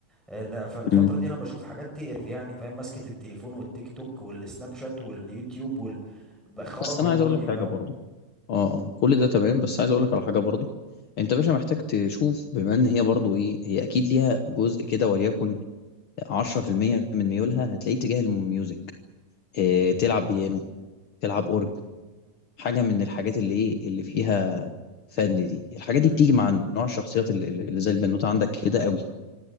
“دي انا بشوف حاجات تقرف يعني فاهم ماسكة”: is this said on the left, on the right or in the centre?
Centre